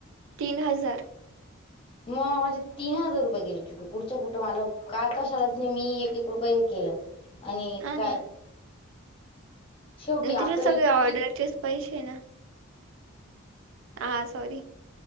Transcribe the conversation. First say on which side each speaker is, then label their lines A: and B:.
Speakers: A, on the right (about 65°); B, on the left (about 25°).
A: तीन हजार
B: मग माझे तीन हजार रुपये गेले कुढच्या कुठं मला काय का शाळाच नाही मी एक, एक रुपये हे केलं आणि
A: हा
B: काय?
A: ना
B: शेवटी
A: नाही तुझे
B: आपल्या
A: सगळे
B: इतकी
A: ऑर्डरचेच पैसेे ना? हा सॉरी